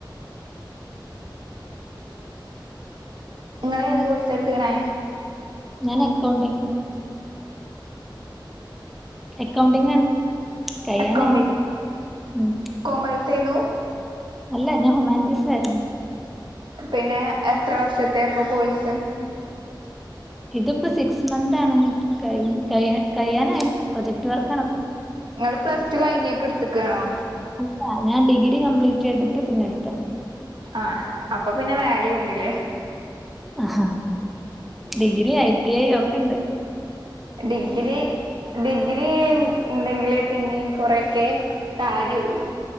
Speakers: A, on the right; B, in the centre.
A: നിങ്ങളെ ഏത് കോഴസ എടുത്തക്കണേ
B: ഞാൻ അക്കൗണ്ടിങ് അക്കൗണ്ടിംഗ ആണ് കഴിയാനായി
A: അക്കൗണ്ടിങ്
B: ഉം
A: കോമേഴ്സേന്നു
B: അല്ല ഞാൻ ഹുമാൻറ്റിസാരുന്നു
A: പിന്നെ എത്ര വർഷത്തെ പ്പൊ കോയ്‌സ്
B: ഇതിപ്പോ സിക്സ് മന്താണ് കയ്‌ ക കഴിയാനായ്‌ പ്രൊജക്ട് വർക്കാണ്പ്പൊ
A: ങ്ങള് പ്ലസ്റ്റു കഴിഞെക്ക് ട്ത്ത്ക്കാണോ
B: അല്ല ഞാൻ ഡിഗ്രി കംപ്ലീറ്റ് ചെയ്തിട്ട് പിന്നെടുത്താണ്
A: ആ അപ്പൊ പിന്നെ വാല്യുണ്ട്ല്ലേ
B: അ ഹ ഡിഗ്രി ഐ ടി ഐ ഒക്കെണ്ട്
A: ഡിഗ്രി ഡിഗ്രി ണ്ടെങ്കിലേ പിനിം കൊറെഒക്കെ കാര്യള്ളു